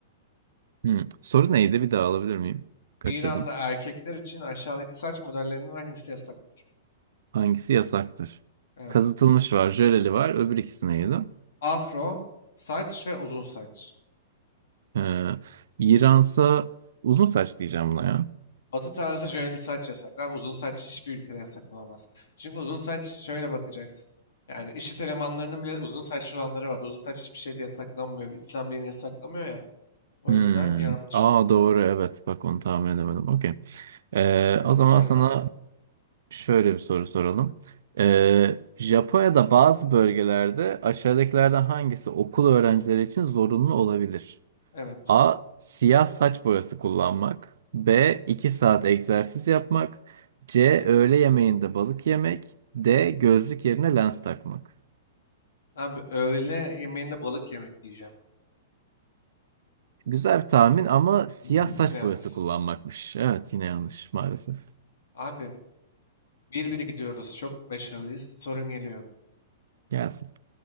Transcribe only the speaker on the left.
İran'da erkekler için aşağıdaki saç modellerinden hangisi yasaktır?
Evet.
Afro, saç ve uzun saç.
Batı tarzı jöleli saç yasaklar. Uzun saç hiçbir ülkede yasak olamaz. Çünkü uzun saç şöyle bakacaksın. Yani IŞİD elemanlarının bile uzun saçlı olanları var. Uzun saç hiçbir şeyde yasaklanmıyor. İslam dini yasaklamıyor ya. O
yüzden yanlış
oldu
abi.
Gelsin
sorun
abi.
Evet.
Abi öğle yemeğinde balık yemek diyeceğim.
<laughs>
Yanlış.
Abi bir biri gidiyoruz. Çok başarılıyız. Sorun geliyor.